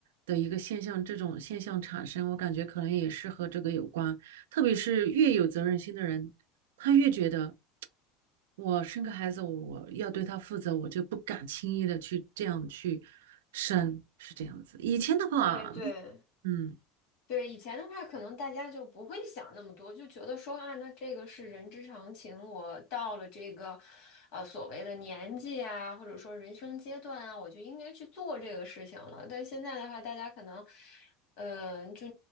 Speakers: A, on the right; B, on the left.
A: 的一个现象，这种现象产生，我感觉可能也是和这个有关。特别是越有责任心的人，他越觉得我生个孩子，我要对他负责，我就不敢轻易的去这样去生，是这样子。以前的话，
B: 对对，
A: 嗯，
B: 对，以前的话，可能大家就不会想那么多，就觉得说啊，那这个是人之常情。我到了这个，呃，所谓的年纪啊，或者说人生阶段啊，我就应该去做这个事情了。但现在的话，大家可能，嗯、就